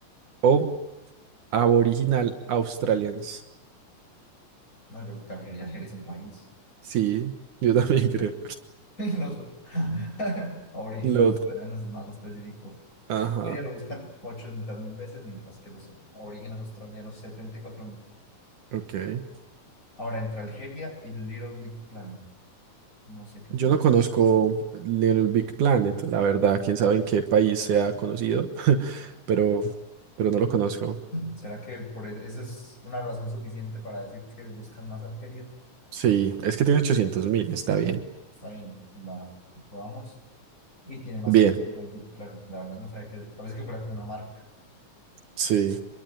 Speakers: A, on the right; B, on the left.
A: o
B: Sí.
A: Aboriginal Australians.
B: No, yo creo que Algeria, Algeria es un país.
A: Sí, yo
B: Mira,
A: también <laughs> creo.
B: <laughs> los <laughs> aborígenes
A: Lo
B: australianos
A: otro.
B: es más específico.
A: Ajá,
B: Algeria lo buscan 800 mil veces, mientras que los aborígenes australianos 74 mil.
A: ok.
B: Ahora, entre Algeria y Little Big Planet, no sé qué
A: Yo
B: es.
A: no conozco Little Big Planet, la verdad. Quién sabe en qué país sea conocido, <laughs> pero, pero no lo conozco.
B: ¿Será que por e- eso es una razón suficiente para decir que buscan más Algeria?
A: Sí, es que tiene ochocientos mil, está bien.
B: Está bien, va, probamos. Y tiene más
A: Bien,
B: que Little Big Planet. La verdad no sabía que, parece que fuera como una marca.
A: sí.